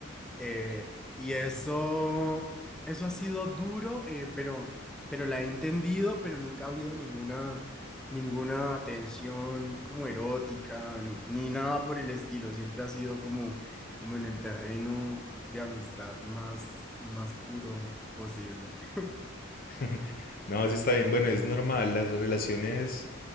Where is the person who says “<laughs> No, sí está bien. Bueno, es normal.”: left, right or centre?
Left